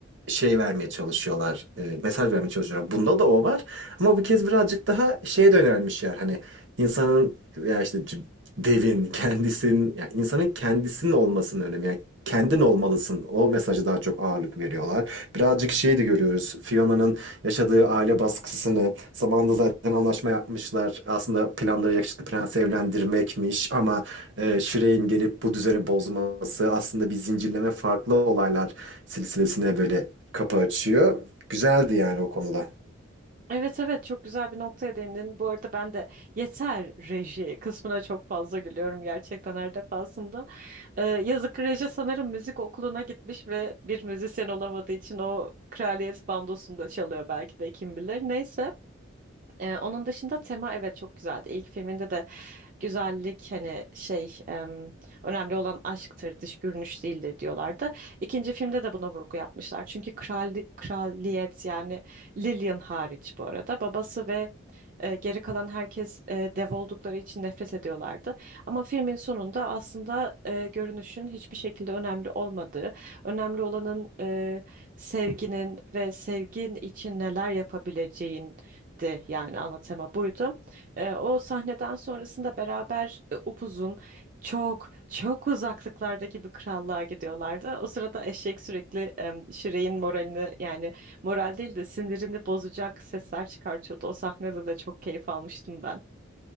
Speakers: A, on the right (about 60°); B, on the right (about 40°).
A: şey vermeye çalışıyorlar. e, mesaj vermeye çalışıyorlar. Bunda da o var. Ama bu kez birazcık daha şeye yönelmişler. Hani insanın ya işte c- devin kendisinin ya insanın kendisinin olmasının önemi. Yani kendin olmalısın. O mesajı daha çok ağırlık veriyorlar. Birazcık şeyi de görüyoruz. Fiona'nın yaşadığı aile baskısını, zamanında zaten anlaşma yapmışlar. Aslında planları yakışıklı prensi evlendirmekmiş ama e, Shireen gelip bu düzeni bozması aslında bir zincirleme farklı olaylar silsilesine böyle kapı açıyor. Güzeldi yani o konuda.
B: Evet evet çok güzel bir noktaya değindin. Bu arada ben de yeter reji kısmına çok fazla gülüyorum gerçekten her defasında. Ee, yazık reji sanırım müzik okuluna gitmiş ve bir müzisyen olamadığı için o kraliyet bandosunda çalıyor belki de kim bilir. Neyse. Ee, onun dışında tema evet çok güzeldi. İlk filminde de güzellik hani şey em, önemli olan aşktır, dış görünüş değildir diyorlardı. İkinci filmde de buna vurgu yapmışlar. Çünkü kral, kraliyet yani Lillian hariç bu arada babası ve e, geri kalan herkes e, dev oldukları için nefret ediyorlardı. Ama filmin sonunda aslında e, görünüşün hiçbir şekilde önemli olmadığı, önemli olanın e, sevginin ve sevgin için neler yapabileceğin di, yani ana tema buydu. E, o sahneden sonrasında beraber e, upuzun çok çok uzaklıklardaki bir krallığa gidiyorlardı. O sırada eşek sürekli e, Şirey'in moralini yani Moral değil de sinirini bozacak sesler çıkartıyordu. O sahnede de çok keyif almıştım ben.